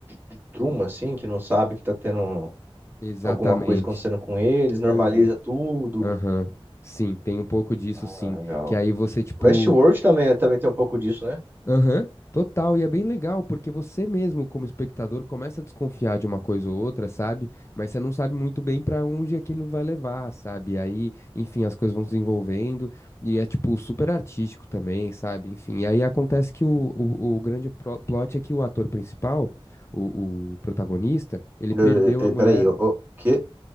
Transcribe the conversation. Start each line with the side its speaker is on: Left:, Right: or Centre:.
Right: de truma, assim, que não sabe que tá tendo
Left: Exatamente.
Right: alguma coisa acontecendo com eles, normaliza
Left: Aham,
Right: tudo.
Left: aham. Sim, tem um pouco disso,
Right: Ah,
Left: sim.
Right: legal.
Left: Que aí você, tipo,
Right: Westworld também, também tem um pouco disso, né?
Left: Aham, total. E é bem legal, porque você mesmo, como espectador, começa a desconfiar de uma coisa ou outra, sabe? Mas você não sabe muito bem pra onde aquilo vai levar, sabe? Aí, enfim, as coisas vão se desenvolvendo e é, tipo, super artístico também, sabe? Enfim, e aí acontece que o, o, o grande pro- plot é que o ator principal, o, o protagonista, ele
Right: Eh,
Left: perdeu a
Right: eh,
Left: mulher.
Right: Peraí, o o que?